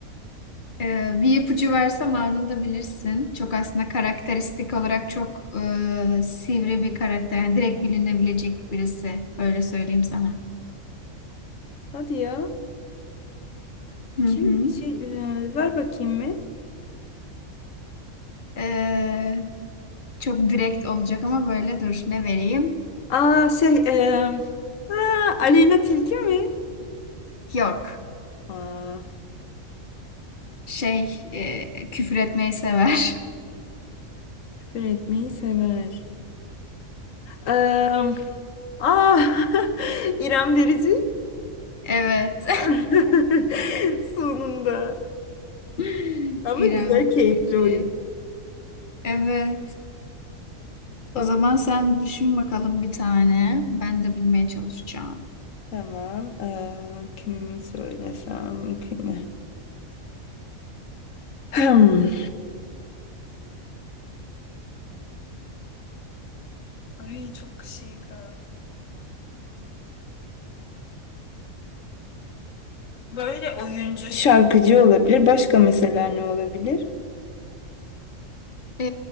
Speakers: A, on the left; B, on the left.
A: Ee, bir ipucu versem anında bilirsin. Çok aslında karakteristik olarak çok e, sivri bir karakter. Yani direkt bilinebilecek birisi. Öyle söyleyeyim sana.
B: Hadi ya.
A: Hı
B: Kim
A: hı.
B: şey e, ver bakayım mı?
A: Ee, çok direkt olacak ama böyle dur. Ne vereyim?
B: Aa şey e, aa, Aleyna Tilki mi?
A: Yok.
B: Aa.
A: Şey, e, küfür etmeyi sever. <laughs>
B: Küfür etmeyi sever. Eee ah, <laughs> İrem Derici.
A: Evet.
B: <laughs> Sonunda.
A: <laughs>
B: Ama
A: İrem
B: güzel, keyifli
A: Derici.
B: oyun.
A: Evet.
B: Tamam.
A: O zaman sen düşün bakalım bir tane. Ben de bilmeye çalışacağım.
B: Tamam. Eee, kimi söylesem kimi? Hmm. Ay çok şey kaldı. Böyle oyuncu. Şarkıcı olabilir. Başka mesela ne olabilir?
A: e,